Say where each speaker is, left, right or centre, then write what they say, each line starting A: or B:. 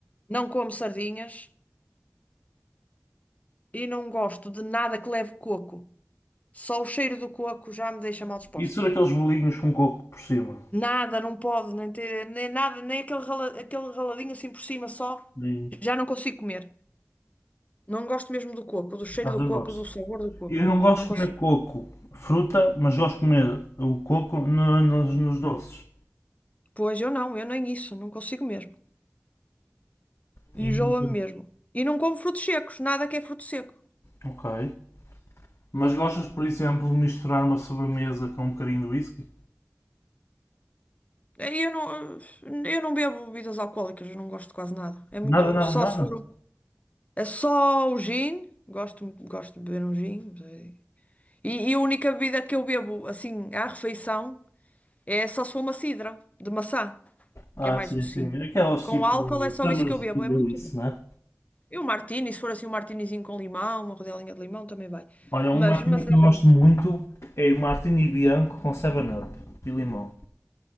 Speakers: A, on the left (about 30°); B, on the left (about 60°).
A: não como sardinhas e não gosto de nada que leve coco. Só o cheiro do coco já me deixa mal disposta.
B: Isso era aqueles bolinhos com coco por cima.
A: Nada, não pode, nem, ter, nem nada, nem aquele, rala- aquele raladinho assim por cima só.
B: E,
A: Já não consigo comer. Não gosto mesmo do coco, do cheiro
B: por acaso
A: do coco,
B: eu gosto.
A: do sabor do coco.
B: Eu não gosto
A: Não consigo.
B: de comer coco, fruta, mas gosto de comer o coco no- nos, nos doces.
A: Pois eu não, eu nem isso, não consigo mesmo. Enjoa-me
B: E,
A: mesmo. E não como frutos secos, nada que é fruto seco.
B: ok. Mas gostas, por exemplo, de misturar uma sobremesa com um bocadinho de whisky?
A: Eh, Eu não, eu não bebo bebidas alcoólicas, eu não gosto de quase nada. É muito,
B: Nada, nada,
A: só
B: nada.
A: se for, um- é só o gin, gosto, gosto de beber um gin. mas é- E, e a única bebida que eu bebo assim à refeição. É só se for uma sidra de maçã,
B: Ah,
A: que é mais
B: sim,
A: docinho.
B: sim. Aquelas
A: Com
B: tipo
A: álcool
B: de
A: é só
B: Summersville
A: isso que eu bebo, é muito.
B: ou isso, né?
A: E um martini, se for assim um martinizinho com limão, uma rodelinha de limão também vai.
B: Olha, um
A: Mas,
B: martini
A: mas
B: que
A: é
B: eu
A: raríssimo.
B: gosto muito é o martini bianco com 7-Up e limão.